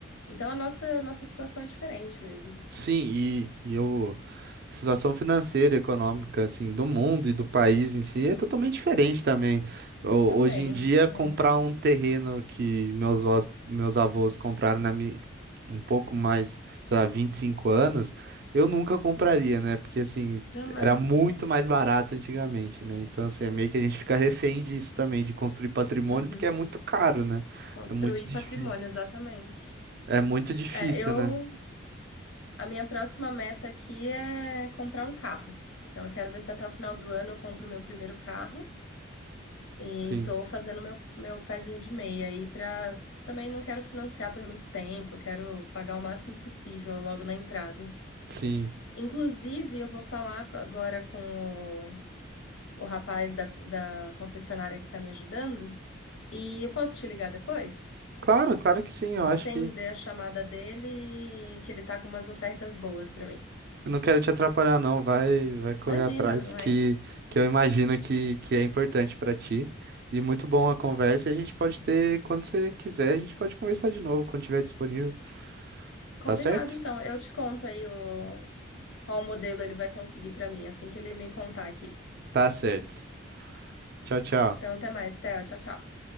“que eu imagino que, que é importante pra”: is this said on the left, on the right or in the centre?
Right